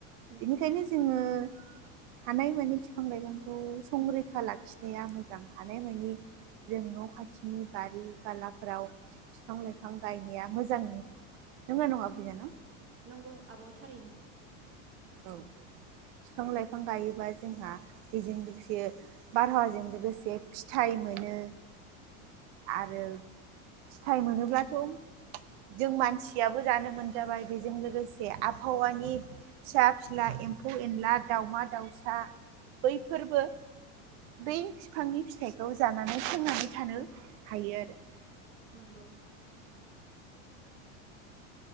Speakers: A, on the right; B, on the right.
A: नंगौ
B: बेनिखायनो जोङो हानायमानि बिफां लाइफांखौ संरैखा लाखिनाया मोजां हानायमानि जों न' खाथिनि बारि लाफोराव बिफां लाइफां गायनाया मोजां नंगोना नङा बिनानाव?
A: नंगौ आब' थारैनो।
B: औ औ बिफां लाइफां गायोबा जोंहा बेजों लोगोसे बारहावाजों लोगोसे फिथाइ मोनो आरो फिथाय मोनोब्लाथ जों मानसियाबो जानो मोनजाबाय बेजों लोगोसे आबहावानि फिसा फिला एम्फौ एनला दाावमा दाउसा बैफोरबो बै बिफांनि फिथाइखौ जानानै थांनानै थानो हायो आरो।
A: नंगौ